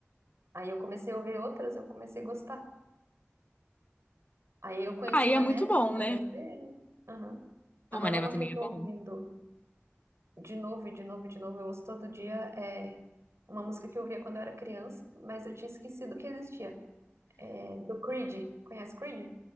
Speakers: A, on the right (about 85°); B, on the left (about 35°).
A: Aí eu comecei a ouvir outras, eu comecei a gostar. Aí eu conheci
B: Aí
A: Mané
B: é muito bom,
A: através
B: né?
A: dele. Aham.
B: Pô,
A: Agora
B: Maneva
A: uma
B: também
A: que eu tô
B: é bom.
A: ouvindo de novo, e de novo, e de novo, eu ouço todo dia é uma música que eu ouvia quando eu era criança, mas eu tinha esquecido que existia. É do Creed. Conhece Creed?